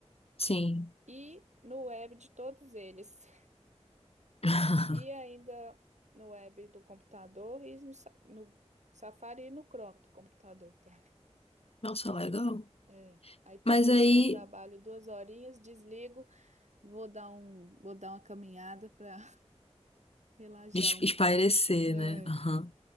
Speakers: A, on the left; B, on the right.
A: sim.
B: e no web de todos eles. <laughs>
A: <laughs>
B: E ainda no web do computador e no, Sa- no Safari e no Chrome do computador também.
A: Nossa, legal.
B: É. Aí tem
A: Mas
B: vezes
A: aí,
B: que eu trabalho duas horinhas, desligo, vou dar um, vou dar uma caminhada para <laughs> relaxar
A: des-
B: um
A: espairecer,
B: pouco. É.
A: né? Aham.